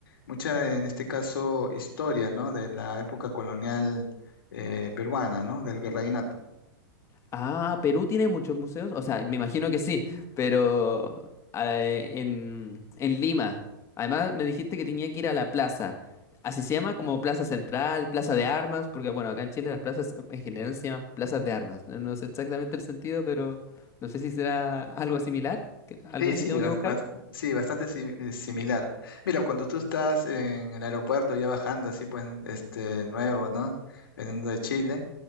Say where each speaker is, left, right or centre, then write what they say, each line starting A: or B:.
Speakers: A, on the left; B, on the left.
A: mucha, en este caso, historia, ¿no? De la época colonial eh, peruana, ¿no? Del virreinato.
B: Ah, Perú tiene muchos museos. O sea, me imagino que sí, pero ah, eh, en, en Lima. Además, me dijiste que tenía que ir a la plaza. Así se llama como Plaza Central, Plaza de Armas, porque bueno, acá en Chile las plazas en general se llaman plazas de armas. No no sé exactamente el sentido, pero no sé si será algo similar. que- Algo
A: Sí,
B: así
A: sí,
B: tengo
A: bas-
B: que buscar.
A: bas- sí, bastante si- eh, similar. Mira, cuando tú estás en el aeropuerto ya bajando así, pues, este, nuevo, ¿no? Veniendo de Chile,